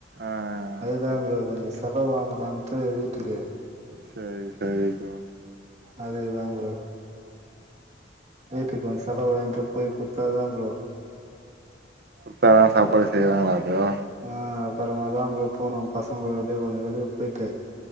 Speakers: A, on the right; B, on the right.
A: ஆ ஆ
B: அதுதா ப்ரோ கொஞ்ச செலவு வாங்கலான்ட்டு வீட்டுக்கு
A: சரி சரி ப்ரோ
B: அதுக்கு தா ப்ரோ வீட்டுக்கு கொஞ்ச செலவு வண்ட்டு போய் குத்தா தா ப்ரோ.
A: குத்த தா சாப்பாடு செய்வாங்களா ப்ரோ
B: ஆ அப்பறமா தா ப்ரோ போனோம் பசங்க கூட அப்டியே கொஞ்ச வெளியே போயிட்டு